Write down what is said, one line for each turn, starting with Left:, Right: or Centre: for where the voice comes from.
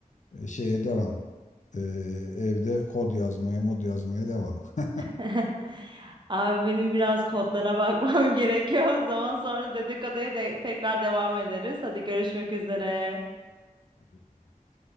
Left: e, şeye devam. Ee, evde kod yazmaya, mod yazmaya devam. <laughs>
Right: <laughs> Abi benim biraz kodlara bakmam <laughs> gerekiyor. O zaman sonra dedikoduya de tekrar devam ederiz. Hadi görüşmek üzere.
Left: Hadi bay bay.